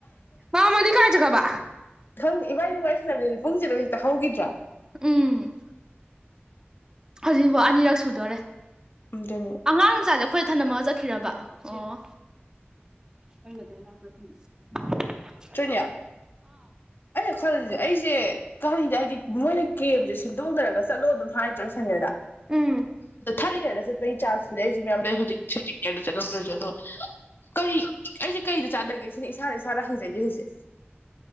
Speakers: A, on the right; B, on the left.
A: ꯃꯥꯝꯃꯂꯤ ꯀꯥꯏ ꯆꯒꯕꯥ
B: ꯈꯪꯗꯦ ꯏꯕꯥꯅꯤ ꯋꯥꯔꯤ ꯁꯥꯟꯅꯕꯌꯦ ꯄꯨꯡꯁꯤ ꯑꯗꯨꯝ ꯍꯦꯛꯇ ꯍꯧꯈꯤꯗ꯭ꯔꯥ
A: ꯎꯝ ꯍꯧꯖꯤꯛꯐꯥꯎ ꯑꯅꯤꯔꯛ ꯁꯨꯗꯣꯔꯦ
B: ꯎꯝ ꯗꯅꯦ
A: ꯑꯉꯥꯡ ꯃꯆꯥꯁꯦ ꯑꯩꯈꯣꯏꯗ ꯊꯅꯝꯃꯒ ꯆꯠꯈꯤꯔꯕ ꯑꯣ ꯈ‌ꯣꯏꯅ ꯑꯗꯨꯝ ꯂꯧ ꯆꯠꯇ‌ꯣꯏ <unintelligible>
B: ꯇ꯭ꯔꯦꯅꯤꯌꯥ ꯑꯩꯅ ꯈꯜꯂꯁꯦ ꯑꯩꯁꯦ ꯀꯜꯂꯤꯗꯦ ꯍꯥꯏꯗꯤ ꯃꯣꯏꯅ ꯀꯦꯞꯁꯦ ꯁꯤꯟꯗꯣꯛꯅꯔꯒ ꯆꯠꯂꯣ ꯑꯗꯨꯝ ꯍꯥꯏꯗ꯭ꯔꯥ ꯁꯍꯦꯔꯗ
A: ꯎꯝ
B: ꯑꯗ ꯊꯥꯔꯗ ꯏꯌꯥꯔꯗ ꯆꯠꯄꯒꯤ ꯆꯥꯟꯁ ꯄꯤꯔꯛ ꯏꯖꯦ ꯃꯌꯥꯝꯗ ꯍꯧꯖꯤꯛꯉꯦꯗ ꯆꯠꯂꯝꯗ꯭ꯔꯦ ꯑꯗꯣ ꯀꯔꯤ ꯑꯩꯁꯦ ꯀꯩꯗ ꯆꯥꯗꯒꯦ ꯁꯤꯅ ꯏꯁꯥꯅ ꯏꯁꯥꯗ ꯍꯪꯖꯩꯖꯦ ꯍꯧꯖꯤꯛ